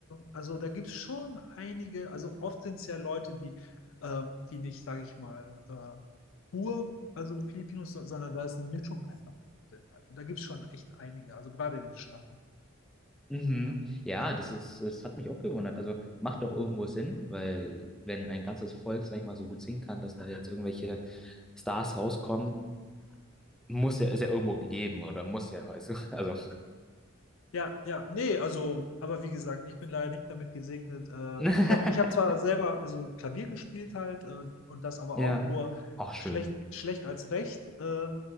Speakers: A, on the left (about 65°); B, in the centre.
A: also da gibt es schon einige, also oft sind es ja Leute, die, ähm, die nicht, sage ich mal, äh, pur, also Filipinos, so- sondern da ist eine Mischung einfach. drin halt. Und da gibt es schon echt einige, also gerade in den Staaten.
B: Mhm.
A: Ja,
B: Ja,
A: ähm,
B: das ist, das hat mich auch gewundert. Also macht doch irgendwo Sinn, weil wenn ein ganzes Volk, sag ich mal, so gut singen kann, dass da jetzt irgendwelche Stars rauskommen, muss ja, ist ja irgendwo gegeben oder muss ja, weißt du. Also.
A: ja, ja, nee, also, aber wie gesagt, ich bin leider nicht damit gesegnet. Äh,
B: <laughs>
A: ich habe ich hab zwar selber also Klavier gespielt halt äh, und das aber
B: Ja,
A: auch nur
B: auch schön.
A: schlecht, schlecht als recht. Äh,